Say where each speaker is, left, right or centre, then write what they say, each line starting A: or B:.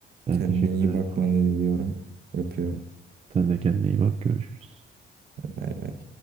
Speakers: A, on the right (about 30°); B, on the right (about 55°).
A: Ben
B: Kendine
A: teşekkür
B: iyi
A: ederim
B: bakmanı
A: abi.
B: diliyorum. Öpüyorum.
A: Sen de kendine iyi bak görüşürüz.
B: Bay bay.